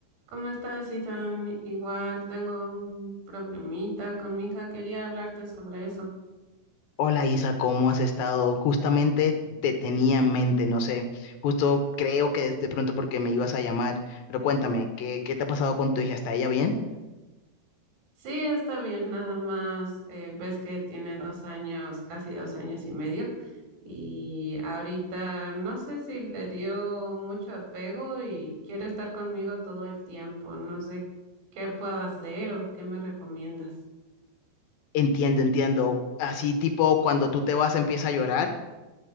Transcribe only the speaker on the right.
¿Cómo estás, Ethan? Igual tengo un problemita con mi hija, quería hablarte sobre eso.
Sí, está bien, nada más eh, ves que tiene dos años, casi dos años y medio, y ahorita no sé si le dio mucho apego y quiere estar conmigo todo el tiempo, no sé qué puedo hacer o qué me recomiendas.